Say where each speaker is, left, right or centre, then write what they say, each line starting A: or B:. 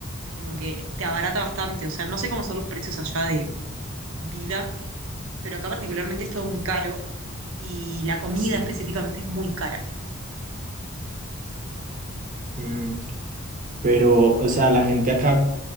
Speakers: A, on the right (about 85°); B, on the right (about 40°).
A: como que te abarata bastante. O sea, no sé cómo son los precios allá de vida, pero acá particularmente es todo muy caro y la comida
B: sí.
A: específicamente es muy cara.
B: Mm, Pero, o sea, la gente acá